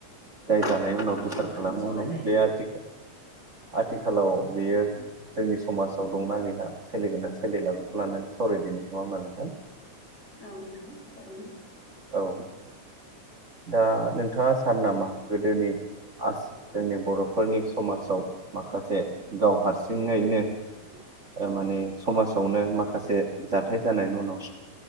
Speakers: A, on the right; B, on the left.
A: दाय जानाय उनाव गोथार
B: औ नोंथां
A: खालामनाय
B: सावरायजायो
A: बे आथि आथिखालाव बियो जोंनि समाजाव दंना गैला सोलिगोनना सोलिला बेखौ लानानै सावरायदिनाय नङा होमबा नोंथां
B: औ नोंथां थारैनो
A: औ दा नोंथाङा सान नामा गोदोनि आस जोंनि बर'फोरनि समाजाव माखासे गावहार सिंङैनो माने समाजावनो माखासे जाथाय जानायनि उनाव